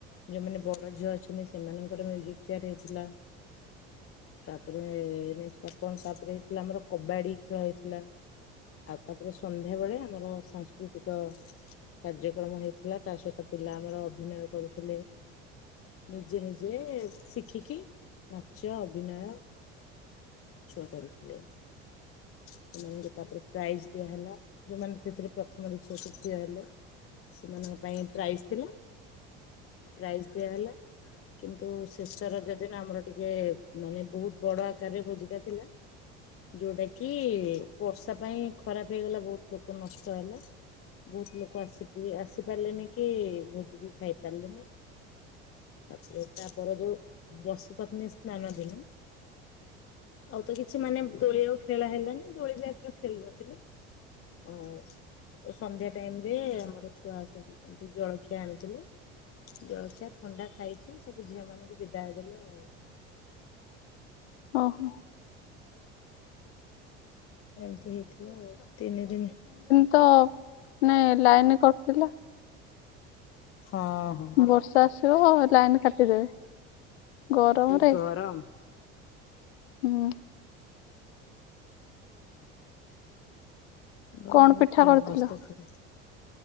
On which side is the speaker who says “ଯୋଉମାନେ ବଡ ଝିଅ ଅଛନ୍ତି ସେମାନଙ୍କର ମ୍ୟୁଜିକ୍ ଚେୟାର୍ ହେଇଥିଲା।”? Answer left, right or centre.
Left